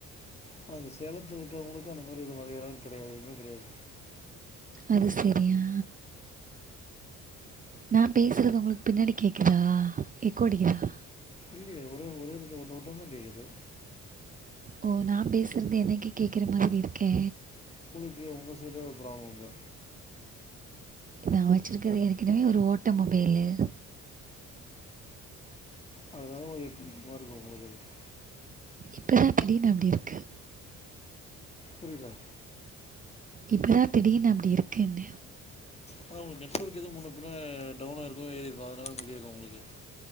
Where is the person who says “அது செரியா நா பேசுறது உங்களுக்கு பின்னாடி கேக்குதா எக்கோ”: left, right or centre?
Right